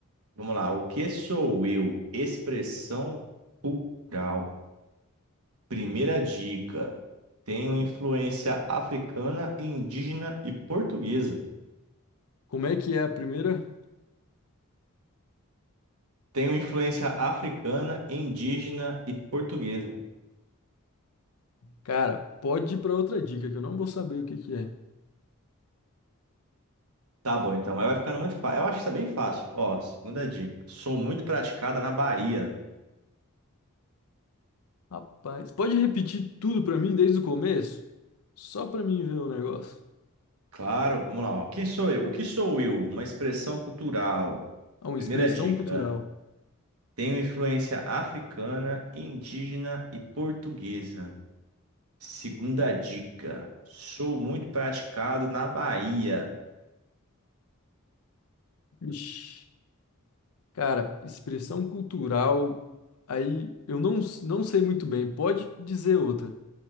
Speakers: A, on the right; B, on the left.
A: vamos lá, o que sou eu? Expressão plural. Primeira dica. Tenho influência africana, indígena e portuguesa.
B: Como é que é a primeira?
A: Tenho influência africana, indígena e portuguesa.
B: Cara, pode ir pra outra dica que eu não vou saber o que que é.
A: Tá bom, então, mas vai ficando muito fácil. Eu acho que isso é bem fácil. Ó, segunda dica. Sou muito praticada na Bahia.
B: Rapaz, pode repetir tudo pra mim desde o começo? Só pra mim ver o negócio.
A: Claro, vamos lá. Ó. Quem sou eu? O que sou eu? Uma expressão cultural.
B: Ah, uma
A: Primeira
B: expressão
A: dica.
B: cultural.
A: Tenho influência africana, indígena e portuguesa. Segunda dica. Sou muito praticado na Bahia.
B: Ixi, cara, expressão cultural. Aí eu não, s- não sei muito bem. Pode dizer outra.